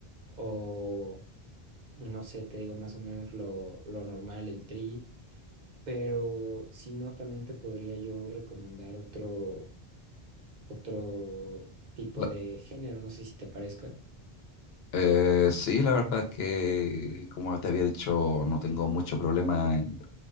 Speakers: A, on the right; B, on the left.
A: o no sé, te digo más o menos lo, lo normal, el tri, pero si no, también te podría yo recomendar otro, otro tipo
B: La-
A: de género, no sé si te parezca.
B: eh, sí, la verdad es que, como te había dicho, no tengo mucho problema en,